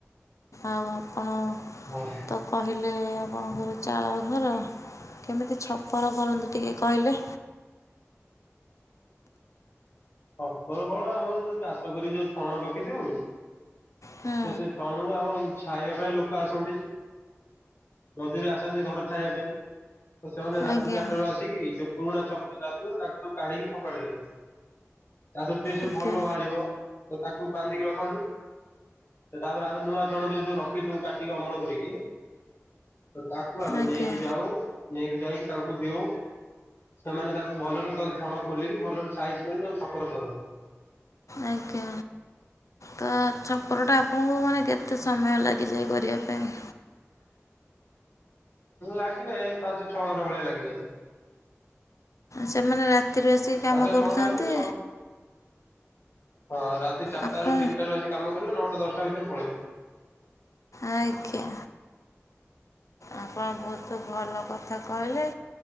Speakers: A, on the left; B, on the left.
A: ଆଉ ଆପଣ
B: ହଁ
A: ତ କହିଲେ ହେଲେ ଆପଣଙ୍କର ଚାଳ ଘର କେମିତି ଛପର କରନ୍ତି ଟିକେ କହିଲେ?
B: ଛପର କଣ ଆମର ଯୋଉ ଚାଷ କରିକି ଯୋଉ ଛଣ ରଖିଥିବୁ
A: ହୁଁ
B: ସେ ସେ ଛଣୁ ଆଉ ଛାଇବା ପାଇଁ ଲୋକ ଆସନ୍ତି ମଝିରେ ଆସନ୍ତି ଘରେ ଛାଇବା ପାଇଁ। ସେମାନେ ରାତି
A: ଆଜ୍ଞା
B: ଚାରିଟା ରୁ ଆସିକି ଯୋଉ ପୁରୁଣା ଛପ ଟା ଥିବ ତାକୁ କାଢିକି ଫପାଡିଦେବେ। ତାଥିରୁ ଟିକେ ସବୁ
A: ଆଜ୍ଞା
B: ଭଲ ବାହାରିବ ତ ତାକୁ ବାନ୍ଧିକି ରଖନ୍ତି। ତାପରେ ଆମେ ନୂଆ ଛଣ ଯୋଉ ସବୁ ରଖିଛୁ କାଟିକି ଅମଳ କରିକି ତାକୁ କୁ ଆମେ
A: ଆଜ୍ଞା
B: ନେଇକି ଯାଉ ନେଇକି ଯାଇକି ତାଙ୍କୁ ଦଉ। ସେମାନେ ତାକୁ ଭଲରେ ତାକୁ ଛଣ ଖୋଲିକି ଭଲରେ ସାଇଜ କରି ତାକୁ ଛଫର କରନ୍ତି।
A: ଆଜ୍ଞା ତ ଛପରଟା ଆପଣଙ୍କୁ ମାନେ କେତେ କେତେ ସମୟ ଲାଗିଯାଏ କରିବା ପାଇଁ?
B: ଲାଗିଯାଏ ପାଞ୍ଚ, ଛଅ ଘଣ୍ଟା ଭଳିଆ ଲାଗିଯାଏ।
A: ସେମାନେ ରାତିରେ ଆସି କାମ
B: ପାଞ୍ଚ ଛଅ
A: କରୁଥାନ୍ତି।
B: ଘଣ୍ଟା ଭିତରେ ସବୁ ହଁ ରାତି ଚାରିଟାରୁ,
A: ଆପଣ
B: ତିନିଟା ରୁ ଆସି କାମ କରିବେ ନଅଟା, ଦଶଟା ଭିତରେ ପଳେଇବେ।
A: ଆଜ୍ଞା। ଆପଣ ବହୁତ ଭଲ କଥା କହିଲେ।